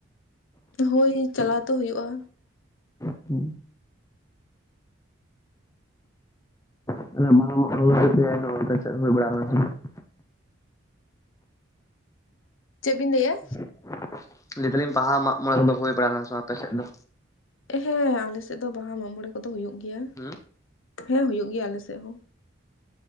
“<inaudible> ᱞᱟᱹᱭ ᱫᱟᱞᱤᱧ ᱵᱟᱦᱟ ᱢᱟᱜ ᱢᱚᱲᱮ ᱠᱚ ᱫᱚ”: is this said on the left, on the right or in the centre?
Left